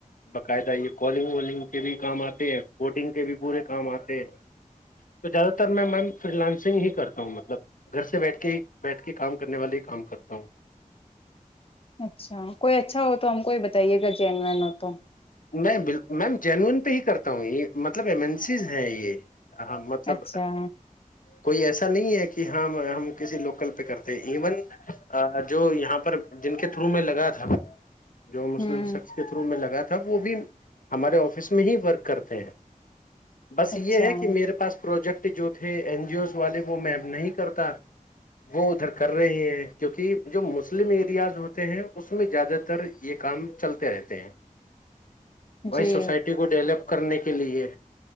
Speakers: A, on the left; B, on the left.
A: باقاعدہ یہ کالنگ والنگ کے بھی کام آتے ہیں کوڈنگ کے بھی پورے کام آتے ہیں تو زیادہ تر میں مم فری لانسنگ ہی کرتا ہوں مطلب گھر سے بیٹھ کے ہی بیٹھ کے کام کرنے والے ہی کام کرتا ہوں <inaudible>
B: <inaudible> اچھا کوئی اچھا ہو تو ہم کو ہی بتائیے گا چن میں ن تو
A: میں ب میم جینون پہ ہی کرتا ہوں یہ مطلب ایمنسیز ہیں یہ ہاں مطلب
B: اچھا
A: کوئی ایسا نہیں ہے کہ ہم ہم کسی لوکل پہ کرتے ایون جو یہاں پر جن کے تھرو میں لگا تھا جو مسلم
B: ہوں
A: سخس کے تھرو میں لگیا تھا تب وہ بھی ہمارے آفس میں ہی ورک کرتے ہیں بس
B: اچھا
A: یہ ہے کہ میرے پاس پروجیکٹ جو تھے این جی اوز والے وہ میم نہیں کرتا وہ ادھر کر رہے ہیں کیونکہ جو مسلم ایریاز ہوتے ہیں اس میں زیادہ تر یہ کام چلتے رہتے ہیں بھائی
B: جی
A: سوسائٹی کو ڈیولپ کرنے کے لیے